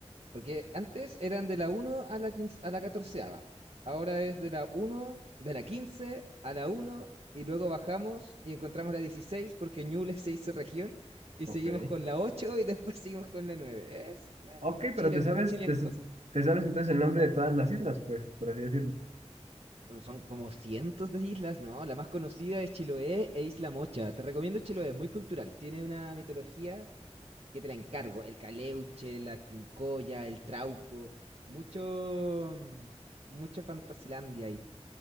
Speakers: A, on the right; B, on the right.
A: Porque antes eran de la uno a la 15 a la catorceava Ahora es de la uno de la 15 a la uno y luego bajamos y encontramos la 16 porque Ñuble <laughs> se hizo región y
B: Ok.
A: seguimos con la 8 y después seguimos con la nueve Es, bueno,
B: Ok,
A: chilen,
B: pero te sabes,
A: chilen
B: te,
A: cosas.
B: te sabes entonces el nombre de todas las islas, pues, por así decirlo.
A: Son como cientos de islas, ¿no? La más conocida es Chiloé e Isla Mocha. Te recomiendo Chiloé, es muy cultural. Tiene una mitología que te la encargo, el caleuche, la pincoya, el trauco, mucho, mm, mucho Fantasilandia ahí.